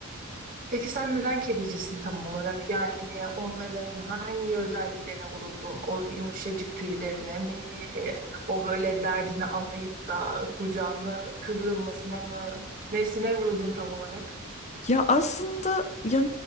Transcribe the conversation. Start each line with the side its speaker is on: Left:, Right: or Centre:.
Right: Peki sen neden kedicisin tam olarak? Yani onların hangi özelliklerine vuruldun? O yumuşacık tüylerine mi? O böyle derdini anlayıp da kucağına kıvrılmasına mı? Nesine vuruldun tam olarak?
Left: Ya aslında ya